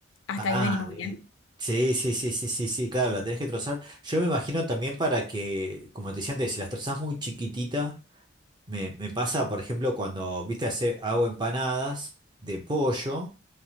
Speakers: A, on the left; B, on the right.
A: Hasta
B: Ah,
A: ahí venimos
B: bien.
A: bien.
B: Sí, sí, sí, sí, sí, sí, claro, la tenés que trozar. Yo me imagino también para que, como te decía antes, si las trozás muy chiquititas, me, me pasa, por ejemplo, cuando, viste, hace, hago empanadas de pollo.